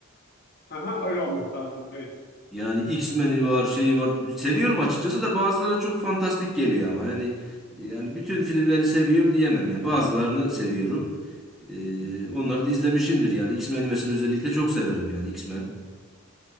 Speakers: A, on the left (about 45°); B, in the centre.
A: Aha, öyle olması lazım. Evet.
B: Yani X-Men'i var, şeyi var. Seviyorum açıkçası da bazıları çok fantastik geliyor ama yani yani bütün filmlerini seviyorum diyemem yani. Bazılarını seviyorum. Ee, onları da izlemişimdir yani. X-Men'i mesela özellikle çok severim yani X-Men.